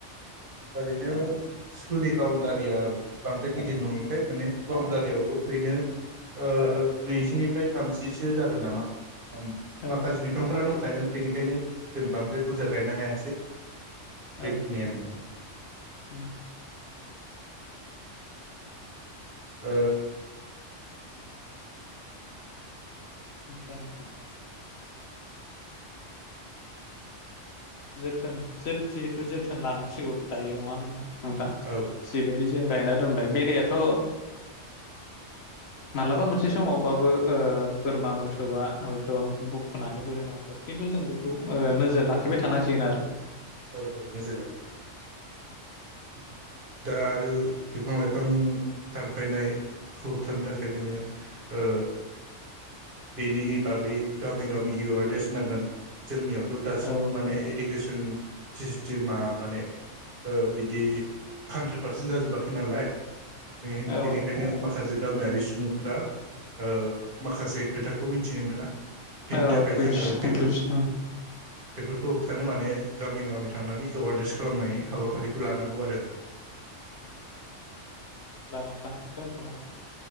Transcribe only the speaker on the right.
आरोैनो सिकुलनि बाउण्डा रिया बांद्राय गिदिर नङिखाय माने बाउण्डारियावल' ओरैनो ओ नैजिनिफाय थामजिसो जागोन नामा। उम
माखासे बिफांफ्रा दंखायोमोन बेनिखायनो जों बांद्राय बुरजा गायनो हायासै। बेखिनियानो
आरो।
ओ
औ
औ औ नोजोर लाखिनांगोन दा आरो बिफां लाइफां दानफायनायखौ होबथानो थाखाय नोङो ओ। बेनि बागै गामि गामि एवारनेस होनांगोन जोंनियाव थ' दासिमबो
माने इडुकेसन सिसटिमा माने ओ बिदि हान्द्रेद पार्सेन्ट जाजोबाखै नालाय बे
बेनिखायनो माखासे गामियारि सुबुं दा ओ माखासे खोथाखौ मिथिनो मोना बेनि
थाखाय
जोङो बेफोर
बेफोरखौ होबथानो माने गामि गामि थांनानै एवारनेस खालामनाय हाबाफारिखौ लानांगौ आरो